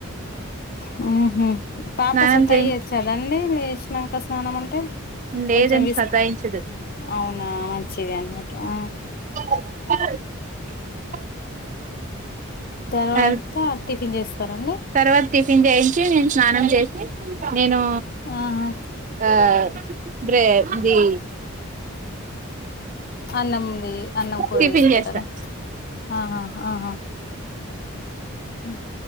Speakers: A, on the left; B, on the right.
A: హు హుమ్ పాప
B: స్నానం
A: సతాయించ్చదండి
B: చేయి
A: లే లేషినంక స్నానం అంటే
B: లేదని
A: కొంచెం విసుకు
B: సతాయించదు
A: అవునా మంచిదే అన్నమాట ఆ
B: ఆ స
A: తర్వాత
B: తర్
A: టిఫిన్ చేస్తారండి
B: తర్వాత టిఫిన్ చేయించి నేను స్నానం చేసి నేను
A: ఆహా
B: ఆ బ్రే ఇది
A: అన్ అన్నంది అన్నం కూర
B: టిఫిన్
A: చేసుకుంటారా
B: చేస్తా
A: ఆహా ఆహా ఉ